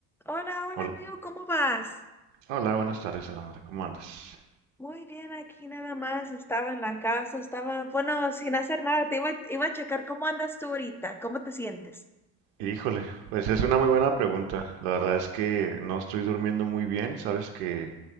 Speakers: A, in the centre; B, on the right.
A: Hola, hola
B: Hol-
A: amigo, ¿cómo vas?
B: Hola, buenas tardes, Alondra. ¿Cómo andas?
A: Muy bien, aquí nada más, estaba en la casa, estaba, bueno, sin hacer nada, te iba, iba a checar cómo andas tú ahorita, cómo te sientes.
B: Híjole, pues es una muy buena pregunta. La verdad es que no estoy durmiendo muy bien, sabes que